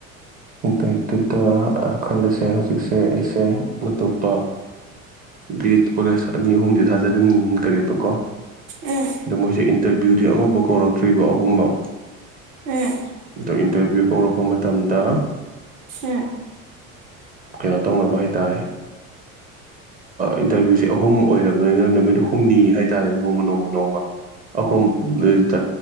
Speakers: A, on the right; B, on the right.
A: ꯑꯗꯨꯏꯗꯨꯨꯗ ꯈꯜꯂꯤꯁꯦ ꯍꯧꯖꯤꯛꯁꯦ ꯑꯩꯁꯦ ꯑꯇꯨꯞꯄ ꯕꯦꯠꯀꯤ ꯀꯣꯂꯦꯖ ꯑꯅꯤ ꯑꯍꯨꯝꯗꯤ ꯊꯥꯖꯤꯟꯈ꯭ꯔꯦꯕꯀꯣ
B: ꯎꯝ
A: ꯑꯗꯣ ꯃꯣꯏꯁꯦ ꯏꯟꯇꯔꯚ꯭ꯌꯨꯗꯤ ꯑꯃꯐꯥꯎ ꯀꯧꯔꯛꯇ꯭ꯔꯤꯕ ꯑꯍꯨꯝꯃꯨꯛ
B: ꯎꯝ
A: ꯑꯗꯣ ꯏꯟꯇꯔꯚ꯭ꯤꯌꯨ ꯀꯧꯔꯛꯄ ꯃꯇꯝꯗ
B: ꯎꯝ
A: ꯀꯩꯅꯣ ꯇꯧꯅꯕ ꯍꯥꯏꯇꯥꯔꯦ ꯏꯟꯇꯔꯚꯤꯌꯨꯁꯦ ꯑꯍꯨꯝ ꯑꯣꯏꯔꯕꯅꯤꯅ ꯅꯨꯃꯤꯠ ꯍꯨꯝꯅꯤ ꯍꯥꯏꯇꯥꯔꯦ ꯅꯣꯡꯃ ꯅꯣꯡꯃ ꯅꯣꯡꯃ ꯑꯍꯨꯝ <unintelligible>